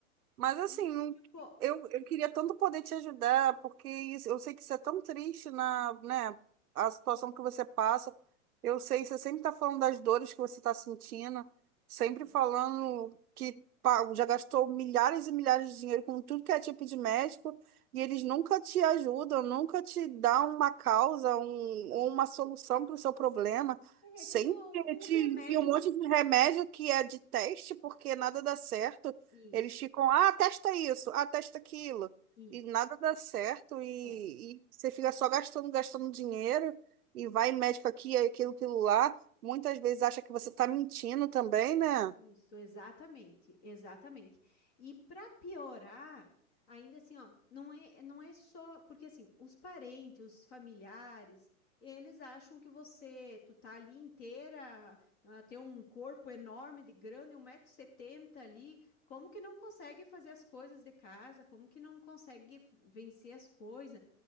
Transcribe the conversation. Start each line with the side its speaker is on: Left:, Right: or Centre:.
Right: Mas assim,
Left: Aí,
Right: não-
Left: tipo,
Right: eu, eu queria tanto poder te ajudar, porque isso- eu sei que isso é tão triste na, né, a situação que você passa. Eu sei, você sempre está falando das dores que você está sentindo, sempre
Left: i-
Right: falando que pá, já gastou milhares e milhares de dinheiro com tudo que é tipo de médico, e eles nunca te ajudam, nunca te dão uma causa, um,
Left: isso.
Right: ou uma solução para o seu problema. Sempre
Left: É tipo um
Right: te
Left: um remédio
Right: enfia um monte
Left: que.
Right: de remédio que é de teste, porque nada dá certo.
Left: Isso,
Right: Eles ficam, ah, testa isso, ah, testa aquilo.
Left: isso.
Right: E nada dá certo, e,
Left: é.
Right: e você fica só gastando, gastando dinheiro, e vai médico aqui, aí aquilo, aquilo lá. Muitas vezes acha que você está mentindo também, né?
Left: Isso, exatamente, exatamente. E para piorar, ainda assim, ó, não é, não é só porque assim, os parentes, os familiares, eles acham que você, tu tá ali inteira, ah, tem um corpo enorme de grande, um metro e setenta ali, como que não consegue fazer as coisas de casa? Como que não consegue vencer as coisas?